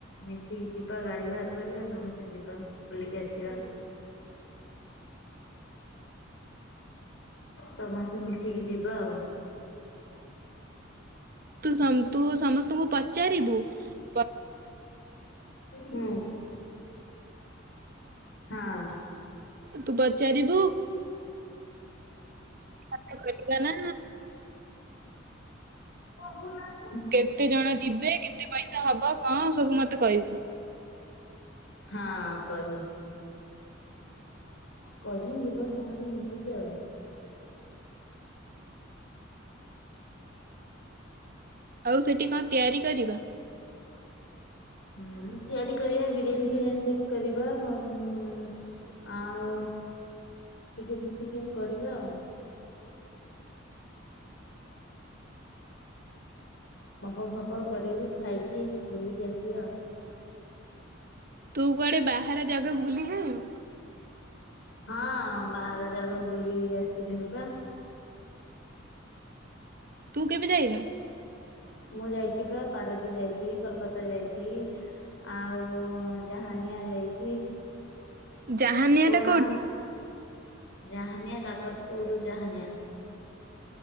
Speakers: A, on the left (about 70°); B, on the right (about 50°).
A: ମିଶିକି ଯିବା। ଗାଡି ବାହାର କରିବା ସମସ୍ତେ ଯିବା ବୁଲିକି ଆସିବା। ସମସ୍ତେ ମିଶିକି। ଯିବା ଆ
B: ତୁ ତୁ ସମସ୍ତ ତମକୁ ପଚାରିବୁ ପ
A: ହୁଁ। ହଁ।
B: ତୁ ପଚାରିବୁ କଣ କରିବା ନା
A: କହୁନା।
B: କେତେ ଜଣ ଯିବେ କେତେ ପଇସା ହବ କଣ ସବୁ ମତେ କହିବୁ।
A: ହଁ କହିମି। କହି ହୁଁ ଯିବା ସମସ୍ତେ ମିଶିକି ଆଉ।
B: ଆଉ ସେଠି କଣ ତିଆରି କରିବା?
A: ହୁଁ ତିଆରି କରିବା ବିରିୟାନୀ ଫିରିୟାନୀ ଦେଖି କରିବା ଉଁ ଆଉ ଚିକେନ୍ ଫିକେନ୍ କରିବା ଆଉ। ପାମ୍ପଡ଼ ଫାମ୍ପଡ଼ କରିବି ଖାଇକି ବୁଲିକି ଆସିବା
B: ତୁ କୁଆଡେ ବାହାର ଜାଗା ବୁଲି ଯାଇନୁ
A: ହଁ ବାହା ଜାଗାକୁ ବୁଲିକି ଆସିଥିଲିଣିି ପା।
B: ତୁ କେବେ ଯାଇନୁ
A: ମୁଁ ଯାଇଛି ପା ପାରଦୀପ ଯାଇ କୋଲକାତା ଯାଇଛି ଆଉ ଜାହାନିଆ ଯାଇଛି
B: ଜାହାନିଆ
A: କୋଣା
B: ଟା କୋଉଠି
A: ଜାହାନିଆ କାକଟପୁର ଜାହାନିଆ।